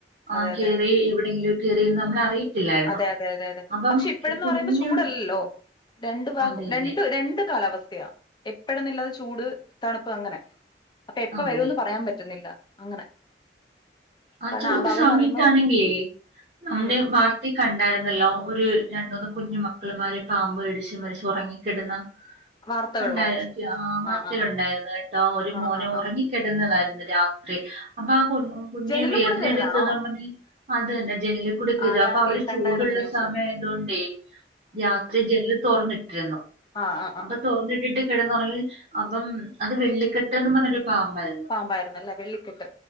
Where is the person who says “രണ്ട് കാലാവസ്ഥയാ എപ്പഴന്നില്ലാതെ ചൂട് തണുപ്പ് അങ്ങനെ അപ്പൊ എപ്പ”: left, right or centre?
Left